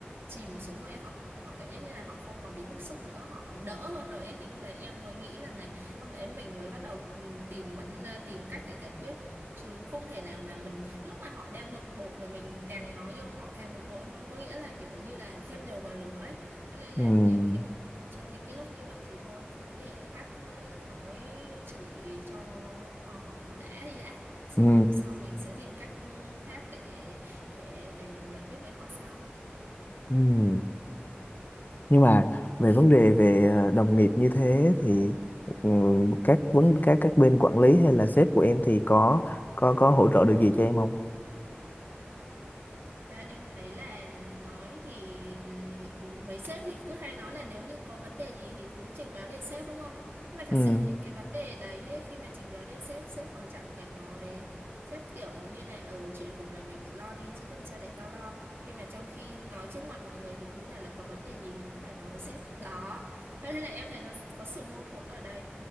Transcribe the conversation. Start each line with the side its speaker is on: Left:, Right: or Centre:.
Right: chìm xuống rồi ấy, họ họ cảm giác như là họ không còn bị bức xúc nữa họ đỡ hơn rồi ấy thì lúc đấy em mới nghĩ rằng này lúc đấy mình mới bắt đầu ừm, tìm vấn à, tìm cách để giải quyết chứ không thể nào mà mình lúc mà họ đang bực bội mà mình càng nói vô họ càng bực bội hơn có nghĩa là kiểu như là thêm dầu vào lửa ấy cho nên là
Left: ừ
Right: em kiểu trong những cái lúc như vậy thì thôi cứ để khách nói chửi cho họ đã đi đã xong
Left: ừ
Right: rồi lúc sau mình sẽ tìm cách ừ, khác để để để để giải quyết với họ sau kiểu vậy
Left: ừ nhưng mà về vấn đề về ờ, đồng nghiệp như thế thì ừ, các vấn các các bên quản lý hay là sếp của em thì có có có hỗ trợ được gì cho em không
Right: ra em thấy là nói thì ừm, với sếp thì cứ hay nói là nếu như có vấn đề gì thì cứ trình báo lên sếp đúng không? Nhưng mà thật
Left: ừ
Right: sự những cái vấn đề đấy ấy, khi mà trình báo lên sếp, sếp còn chẳng thèm ngó đến. Sếp kiểu như này, ừ chuyện của mày mày tự lo đi chứ làm sao để tao lo. Nhưng mà trong khi nói trước mặt mọi người thì cứ bảo là có vấn đề gì thì cứ phải nói với sếp. Đó. Thế Nên là em thấy nó có sự mâu thuẫn ở đây